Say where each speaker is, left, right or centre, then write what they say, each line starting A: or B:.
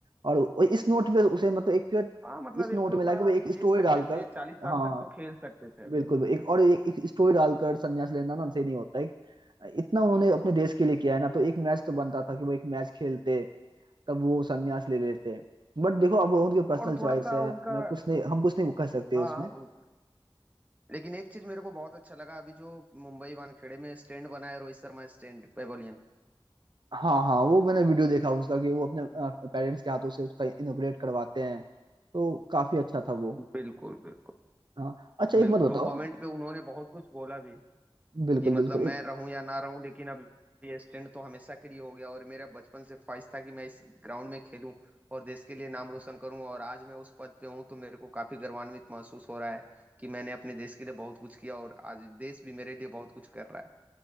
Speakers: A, on the right; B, on the right.
A: और वो- इस नोट पे उसे मतलब एक
B: हाँ मतलब
A: इस
B: एक
A: नोट
B: दो
A: में
B: साल
A: लाके वो
B: अभी
A: एक
B: दे
A: स्टोरी
B: सकते
A: डालकर
B: थे चालीस साल
A: हाँ
B: तक तो खेल सकते थे अभी
A: बिल्कुल एक और एक, एक स्टोरी डालकर संन्यास लेना ना सही नहीं होता है इतना उन्होंने अपने देश के लिए किया है ना तो एक मैच तो बनता था कि वो एक मैच खेलते तब वो संन्यास ले लेते बट देखो अब वो उनकी पर्सनल
B: और थोड़ा
A: चॉइस
B: सा
A: है
B: उनका
A: मैं कुछ नहीं हम कुछ नहीं कर सकते
B: हाँ
A: उसमें
B: उन लेकिन एक चीज मेरे को बहुत अच्छा लगा अभी जो मुंबई वानखेड़े में स्टैंड बना है रोहित शर्मा स्टैंड पेवेलियन
A: हाँ हाँ वो मैंने वीडियो देखा उसका कि वो अपने पेरेंट्स के हाथों से उसका इनोग्रेट करवाते हैं तो काफी अच्छा था वो
B: बिल्कुल बिल्कुल
A: हाँ अच्छा एक
B: बिल्कुल
A: बात बताओ
B: वो मोमेंट पे उन्होंने बहुत कुछ बोला भी
A: बिल्कुल
B: कि मतलब
A: बिल्कुल एक-
B: मैं रहूं या ना रहूं लेकिन अब ये स्टैंड तो हमेशा के लिए हो गया और मेरा बचपन से ख्वाहिश था कि मैं इस ग्राउंड में खेलूं और देश के लिए नाम रोशन करूं और आज मैं उस पद पे हूं तो मेरे को काफी गर्वान्वित महसूस हो रहा है कि मैंने अपने देश के लिए बहुत कुछ किया और आज देश भी मेरे लिए बहुत कुछ कर रहा